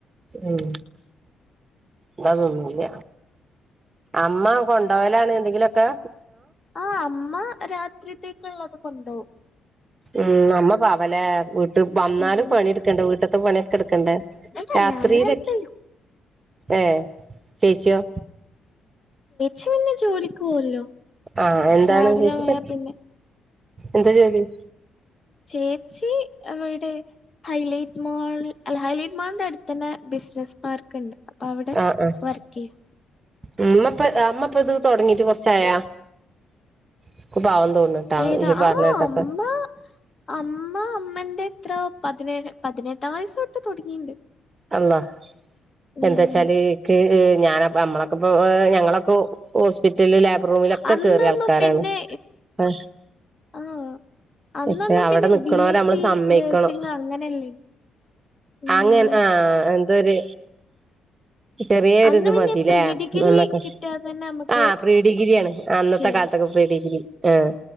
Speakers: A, on the right (about 30°); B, on the left (about 30°).
A: ഉം ഇതതൊന്നൂല്ല. അമ്മ കൊണ്ടപോവലാണ് എന്തെങ്കിലൊക്കെ.
B: ആ അമ്മ രാത്രിത്തേക്കുള്ളത് കൊണ്ടോവും.
A: ഉം അമ്മ പാവലേ. വീട്ട് വന്നാലും
B: ഉം
A: പണിയെടുക്കണ്ടേ വീട്ടത്തെ പണി കെടക്കണ്ടേ
B: അല്ല
A: രാത്രിയില്
B: ഞാന് ഹെൽപ് ചെയ്യും
A: ഏ ചേച്ചിയോ
B: ച്ചിന്നെ ജോലിക്ക് പോവല്ലോ
A: ആ എന്താണ്
B: രാവിലെ
A: ചേച്ചിക്ക്
B: പോയാ പിന്നെ
A: എന്താ ജോലി
B: ചേച്ചി അവിടെ ഹൈലൈറ്റ് മാൾ അല്ല ഹൈലൈറ്റ് മാളിന്റെ അടുത്ത് തന്നെ ബി സിനസ് പാർക്ക് ഉണ്ട്. അപ്പ അവിടെ
A: ആഹ് ആഹ്
B: വർക്ക് ചെയ്യാ.
A: ഉമ്മപ്പ അമ്മപ്പ ഇത് തുടങ്ങിയിട്ട് കൊറച്ചായാ. ഇക്ക് പാവം തോന്നുന്നുട്ടാ
B: ഏതാ
A: ഇജ്ജ് പറഞ്ഞ
B: ആ
A: കേട്ടപ്പ
B: അമ്മ അമ്മ അമ്മന്റെ ഇത്ര പതിനേഴ് പതിനെട്ടാം വയസ്സൊട്ട് തുടങ്ങിണ്ട്.
A: അള്ളാ
B: ഉം
A: എന്താ വച്ചാല് ക്ക് ഞാനപ്പെ നമ്മളൊക്കെ ഇ ഞങ്ങളൊക്ക ഹോസ്പി റ്റലിൽ ലേബർറൂമിലൊക്കെ
B: അന്നൊന്നും
A: കേറിയ ആൾക്കാരാണ്
B: പിന്നെ
A: ആ
B: ആ അന്നൊന്നും
A: പക്ഷെ അവിടെ
B: പിന്നെ
A: നിക്കണോരെ
B: ബി എസ്
A: നമ്മള്
B: സി
A: സമ്മതിക്കണം.
B: നഴ്സിംഗ് അങ്ങനെയല്ലേ ഉം
A: അങ്ങൻ ആ എന്തൊരു ചെറിയൊരു
B: അന്ന്
A: ഇത്
B: പിന്നെ
A: മതീല്ലേ
B: പ്രീ ഡിഗ്രി
A: നന്നാക്കാൻ
B: കിട്ടാതെ തന്നെ നമുക്ക്
A: ആ പ്രീ ഡിഗ്രിയാണ് അന്നത്തെ
B: കേ
A: കാലത്തൊക്കെ പ്രീ ഡിഗ്രി ആഹ്